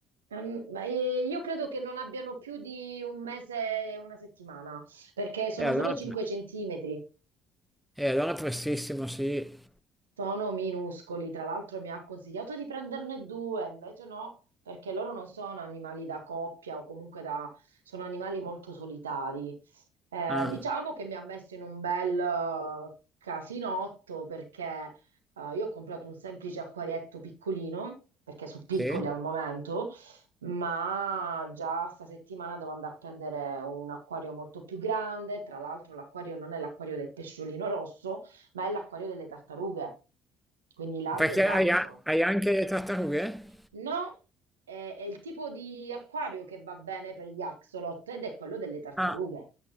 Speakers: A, on the right; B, in the centre.
A: Ehm, ma, eh, io credo che non abbiano più di un mese e una settimana, perché sono
B: E allora,
A: solo 5 centimetri.
B: e allora prestissimo, sì.
A: Sono minuscoli, tra l'altro mi ha consigliato di prenderne due, invece no, perché loro non sono animali da coppia o comunque da... sono animali molto solitari. Eh,
B: Ah,
A: diciamo che mi ha messo in un bel eh, casinotto perché eh, io ho comprato un semplice acquarietto piccolino, perché sono piccoli
B: sì?
A: al momento, ma già sta settimana devo andare a prendere un acquario molto più grande, tra l'altro l'acquario non è l'acquario del pesciolino rosso ma è l'acquario delle tartarughe, quindi largo
B: Perché
A: e basso.
B: hai, a- hai anche le tartarughe?
A: No, è, è il tipo di acquario che va bene per gli axolot ed è quello delle tartarughe,
B: Ah,